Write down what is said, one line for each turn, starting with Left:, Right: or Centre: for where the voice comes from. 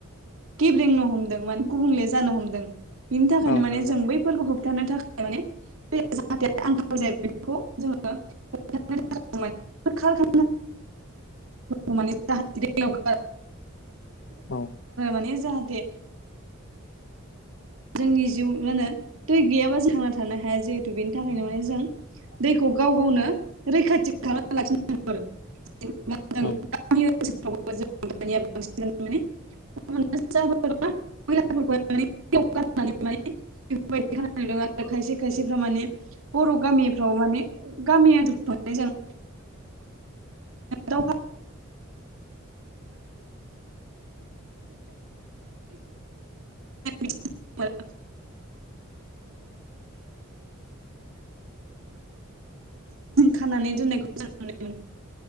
Right: गेब्रेंनो हमदों माने गुबुंले जानो हमदों बिनि थाखायनो
Left: औ
Right: माने
Left: नंगौ
Right: जों बै फोरखौ होबथानो थाखाय माने दै जाहाथे आंखाल जायो बेखौ जोङो <unintelligible> <unintelligible> <unintelligible> जायगावफोराव गारनो
Left: औ
Right: माने जाहाथे जोंनि जिउ मा होनो दै गैयाबा जों थांना थानो हाया जिहेथु बेनि थाखायनो माने जों दैखौ गाव गावनो रैखाथि खालामना लाखिनो
Left: औ
Right: <unintelligible> <unintelligible> <unintelligible> <unintelligible> खायसे खायसेफ्रा माने बर' गामिफ्राव माने गामि ओनसोलफ्राव जों <unintelligible> <unintelligible> <unintelligible> <unintelligible> <unintelligible> खानानै दोननायखौ जों नुनो